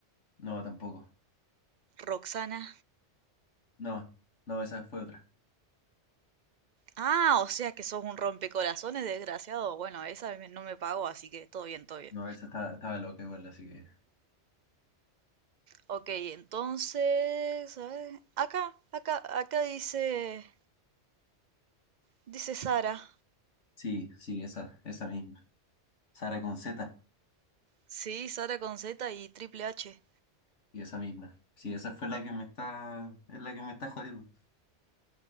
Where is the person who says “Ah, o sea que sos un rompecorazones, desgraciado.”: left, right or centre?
Right